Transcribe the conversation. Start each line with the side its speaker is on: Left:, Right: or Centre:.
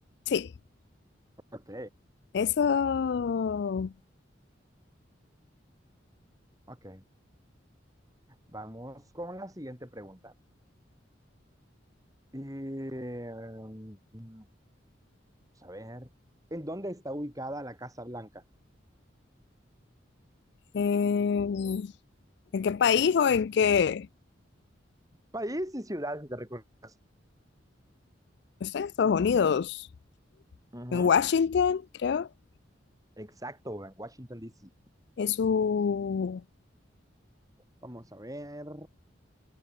Left: Sí,
Right: Ok,
Left: eso.
Right: Ok. Vamos con la siguiente pregunta. Eh, mm, vamos a ver. ¿En dónde está ubicada la Casa Blanca?
Left: em, ¿en qué país o en qué?
Right: País y ciudad, si te recuerdas.
Left: Está en Estados Unidos,
Right: Ujú.
Left: en Washington, creo.
Right: Exacto, en Washington, D C
Left: Es su.
Right: Vamos a ver.